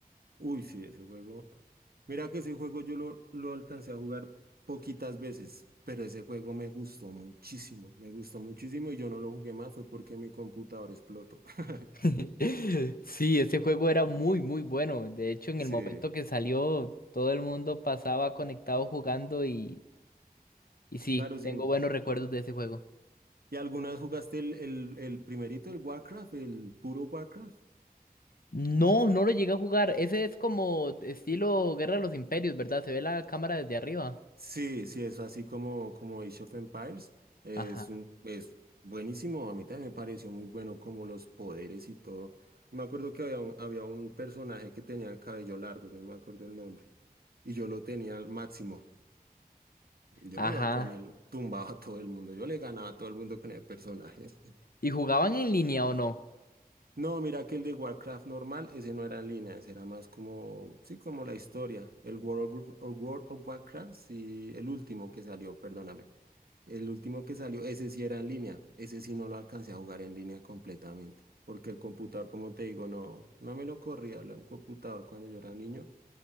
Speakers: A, on the right; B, on the left.
A: Uy, sí, ese juego. Mira que ese juego yo lo, lo alcancé a jugar poquitas veces, pero ese juego me gustó muchísimo. Me gustó muchísimo y yo no lo jugué más, fue porque mi computador explotó. <laughs>
B: <laughs> Sí, ese juego era muy, muy bueno. De hecho, en
A: Sí,
B: el momento que salió, todo el mundo pasaba conectado jugando y, y sí,
A: claro, sí.
B: tengo buenos recuerdos de ese juego.
A: ¿Y alguna vez jugaste el, el, el primerito, el Warcraft, el puro Warcraft?
B: No, no lo llegué a jugar. Ese es como estilo Guerra de los Imperios, ¿verdad? Se ve la cámara desde arriba.
A: Sí, sí, es así como, como Age of Empires. Es
B: Ajá.
A: un, es buenísimo. A mí también me pareció muy bueno como los poderes y todo. Me acuerdo que había un, había un personaje que tenía el cabello largo, yo no me acuerdo el nombre. Y yo lo tenía al máximo. Yo
B: Ajá.
A: me iba con él, tumbaba a todo el mundo. Yo le ganaba a todo el mundo con el personaje. <laughs>
B: ¿Y jugaban en línea o no?
A: No, mira que el de Warcraft normal, ese no era en línea, ese era más como, sí, como la historia. El World of, el World of Warcraft, sí, el último que salió, perdóname. El último que salió, ese sí era en línea. Ese sí no lo alcancé a jugar en línea completamente. Porque el computador, como te digo, no, no me lo corría. Era un computador cuando yo era niño.